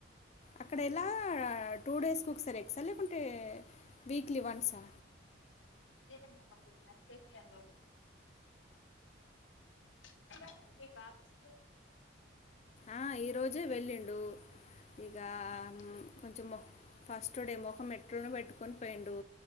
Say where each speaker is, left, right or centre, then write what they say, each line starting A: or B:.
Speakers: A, on the left (about 35°); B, on the left (about 75°).
A: అక్కడ ఎలా టూ డేస్ ఒకసారి ఎగ్సా లేకుంటే వీక్లీ వన్సా
B: లేదేమో మరి, నాకు తెలియదు <inaudible> మీ బాబు స్కూల్
A: ఆహ్ ఈ రోజే వెళ్ళిండు ఇగా
B: ఫస్ట్
A: హ్మ్
B: డే
A: కొంచెం ఫస్ట్ డే మోకం ఎట్లానో పెట్టుకు కొని పోయిండు